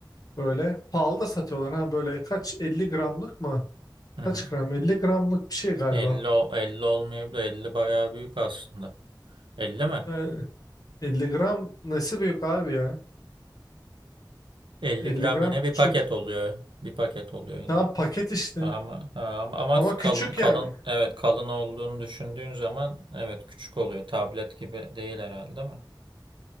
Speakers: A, on the left; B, on the right.
A: Böyle pahalı da satıyorlar ha böyle kaç 50 gramlık mı?
B: Hı
A: Kaç
B: hı.
A: gram? elli gramlık bir şey galiba.
B: 50, o- 50 olmayabilir. 50 bayağı büyük aslında. 50 mi?
A: Ee, 50 gram nesi büyük abi ya?
B: Elli
A: elli
B: gram
A: gram
B: yine
A: küçük.
B: bir paket oluyor. Bir paket oluyor yine.
A: Tamam paket işte.
B: Ama, ha, ama ama
A: Ama
B: kalın
A: küçük
B: kalın
A: yani.
B: evet kalın olduğunu düşündüğün zaman evet küçük oluyor. Tablet gibi değil herhalde değil mi?